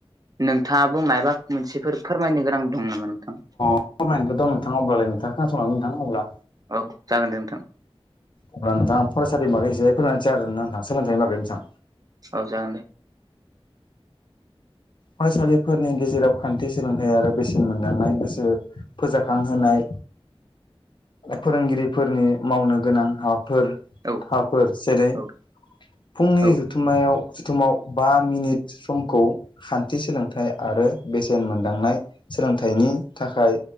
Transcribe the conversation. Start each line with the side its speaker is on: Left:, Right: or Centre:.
Right: नोंथाङाबो माबा मोनसेफोर फोरमायनो गोनां दं नामा नोंथां
Left: अब्ला अब्लालाय नोंथाङ खास'ला नोंथाङा अब्ला
Right: औ जागोन दे नोंथां
Left: अब्ला नोंथाङा फरायसालि मागैसे फोरोंनानैस जादों नोंथां सोलोंथाइनि बागै नोंथां
Right: औ जागोदे
Left: फरायसालिफोरनि गेजेराव खान्थि सोलोंथाइ आरो बेसेन मोनदांनाय गोसो फोजाखांहोनाय फोरोंगिरिफोरनि मावनो गोनां हाबा फोर
Right: औ
Left: हाफोर जेरै
Right: औ
Left: फुंनि
Right: औ
Left: जुथुमायाव जुथुमाव बा मिनिट समखौ खान्थि सोलोंथाइ आरो बेसेन मोनदांनाय सोलोंथाइनि थाखाय